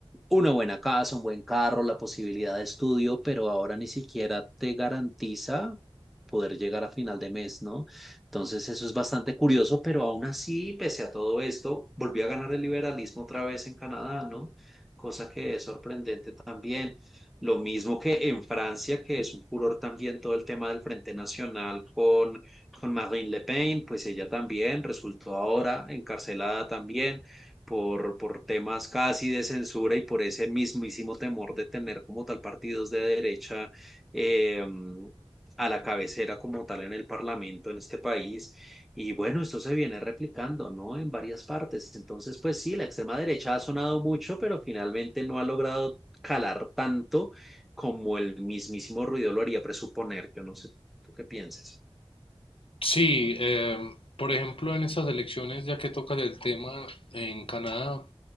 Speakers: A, in the centre; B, on the left.
A: una buena casa, un buen carro, la posibilidad de estudio, pero ahora ni siquiera te garantiza poder llegar a final de mes, ¿no? Entonces eso es bastante curioso, pero aún así, pese a todo esto, volvió a ganar el liberalismo otra vez en Canadá, ¿no? Cosa que es sorprendente también. Lo mismo que en Francia, que es un furor también todo el tema del Frente Nacional con, con Marine Le Pen, pues ella también resultó ahora encarcelada también por, por temas casi de censura y por ese mismísimo temor de tener como tal partidos de derecha eh, a la cabecera como tal en el Parlamento en este país. Y bueno, esto se viene replicando, ¿no? En varias partes. Entonces, pues sí, la extrema derecha ha sonado mucho, pero finalmente no ha logrado calar tanto como el mismísimo ruido lo haría presuponer. Yo no sé tú qué piensas.
B: Sí, em, por ejemplo, en esas elecciones, ya que tocas el tema en Canadá,